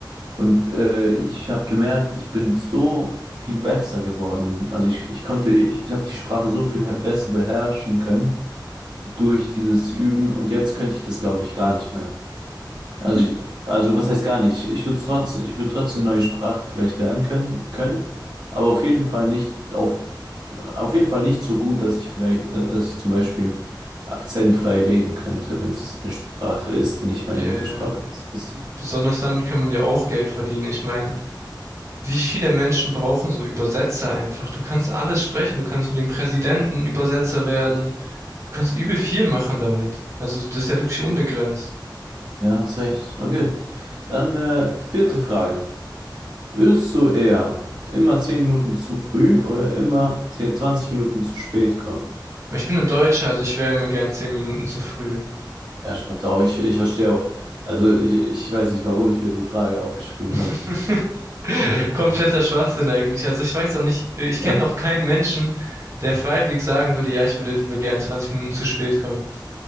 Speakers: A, on the right; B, on the right.
A: Und äh, ich habe gemerkt, ich bin so viel besser geworden. Also ich, ich konnte, ich, ich habe die Sprache so viel he- besser beherrschen können durch dieses Üben. Und jetzt könnte ich das, glaube ich, gar nicht mehr. Also ich, also was heißt gar nicht? Ich würde trotzdem, ich würde trotzdem eine neue Sprache vielleicht lernen können, können, aber auf jeden Fall nicht auf, auf jeden Fall nicht so gut, dass ich vielleicht, dass ich zum Beispiel akzentfrei reden könnte, wenn es eine Sprache ist, die nicht meine
B: Yeah.
A: Muttersprache ist. Weißt du?
B: Besonders damit kann man ja auch Geld verdienen. Ich meine, wie viele Menschen brauchen so Übersetzer einfach? Du kannst alles sprechen. Du kannst für den Präsidenten Übersetzer werden. Du kannst übel viel machen damit. Also, das ist ja wirklich unbegrenzt.
A: Ja, hast recht. Okay. Dann äh, vierte Frage. Würdest du eher immer 10 Minuten zu früh oder immer 10, 20 Minuten zu spät kommen?
B: Aber Ich bin ein Deutscher, also ich wäre immer gern zehn Minuten zu früh.
A: Ja, stimmt auch. Ich, ich verstehe auch. Also ich, ich weiß nicht, warum ich mir die Frage aufgeschrieben
B: <laughs>
A: habe.
B: Kompletter Schwachsinn eigentlich. Also ich weiß auch nicht, äh, ich kenne
A: <laughs>
B: noch keinen Menschen, der freiwillig sagen würde, ja, ich würde lieber gern 20 Minuten zu spät kommen.